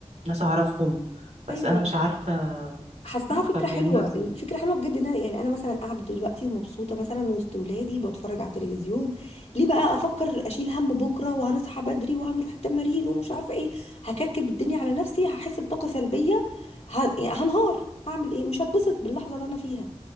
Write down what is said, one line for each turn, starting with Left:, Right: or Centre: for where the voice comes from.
Right: ناس أعرفهم بس
Left: ايوه
Right: أنا مش عارفة
Left: حاساها
Right: عارفة
Left: فكرة
Right: بيعملوها
Left: حلوة
Right: ازاي
Left: الفكرة حلوة بجد ان أنا- يعني انا مثلا قاعدة دلوقتي ومبسوطة مثلا وسط ولادي بتفرج على التلفزيون ليه بقى افكر اشيل هم بكرة وهنصحى بدري وهنروح التمارين ومش عارفة ايه هكركب الدنيا على نفسي هحس بطاقة سلبية هن... يعني هنهار هعمل ايه مش هتبسط باللحظة اللي انا فيها